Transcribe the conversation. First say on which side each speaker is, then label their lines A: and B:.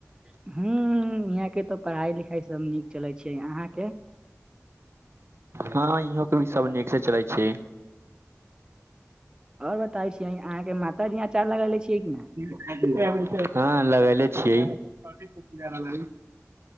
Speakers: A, on the right; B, on the right.
A: <unintelligible> यहाँकेँ तऽ पढ़ाइ लिखाइ सब नीक चलै छै अहाँकेँ
B: हँ इहों केँ भी सब नीक से चलै छै
A: और बताै छी अहाँकेँ माताजी अचार लगेले छियै कि ना
B: <unintelligible> हँ लगेले छियै <unintelligible>